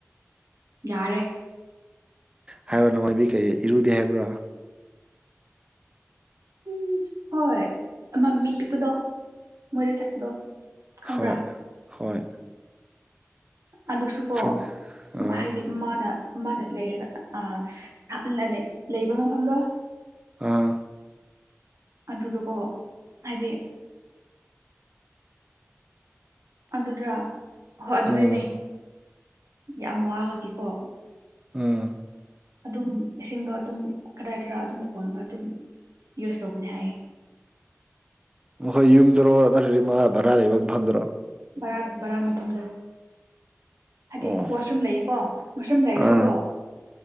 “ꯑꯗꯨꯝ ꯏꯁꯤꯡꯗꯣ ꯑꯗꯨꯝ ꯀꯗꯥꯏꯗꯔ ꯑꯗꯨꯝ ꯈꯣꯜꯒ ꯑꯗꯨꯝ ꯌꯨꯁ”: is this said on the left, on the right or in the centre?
Right